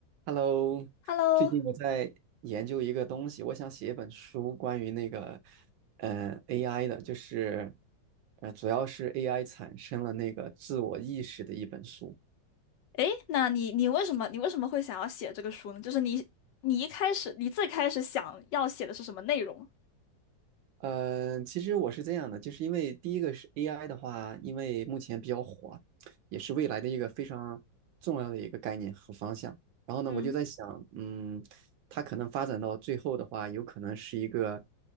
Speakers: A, on the right; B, on the left.
A: Hello，
B: Hello，
A: 最近我在研究一个东西，我想写一本书，关于那个呃 AI 的，就是呃主要是 AI 产生了那个自我意识的一本书。
B: 诶，那你你为什么你为什么会想要写这个书呢？就是你你一开始你最开始想要写的是什么内容？
A: 呃，其实我是这样的，就是因为第一个是 AI 的话，因为目前比较火，也是未来的一个非常重要的一个概念和方向。然后呢，
B: 嗯，
A: 我就在想，嗯，它可能发展到最后的话，有可能是一个，